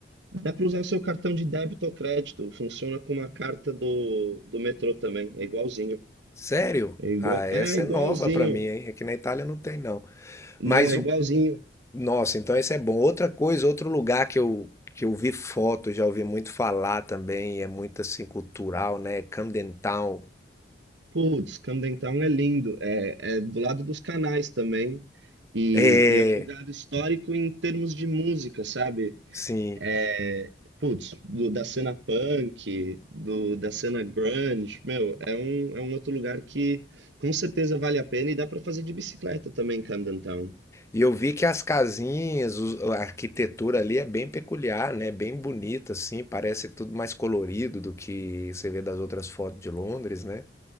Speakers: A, on the right; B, on the left.
A: dá pra usar o seu cartão de débito ou crédito. Funciona como a carta do do metrô também, é igualzinho.
B: Sério?
A: É igual,
B: Ah, essa
A: é igualzinho.
B: é nova para mim, hein? Aqui na Itália não tem não.
A: Não,
B: Mas
A: é igualzinho.
B: Nossa, então esse é bom. Outra coisa, outro lugar que eu, que eu vi foto, já ouvi muito falar também, e é muito assim cultural, né? Camden Town.
A: Putz, Camden Town é lindo, é, é do lado dos canais também, e,
B: É,
A: e é um lugar histórico em termos de música, sabe?
B: sim.
A: É, Putz, do- da cena punk, do, da cena grunge, meu, é um, é um outro lugar que com certeza vale a pena e dá pra fazer de bicicleta também em Camden Town.
B: E eu vi que as casinhas, os- a arquitetura ali é bem peculiar, né? Bem bonita, assim, parece tudo mais colorido do que você vê das outras fotos de Londres, né?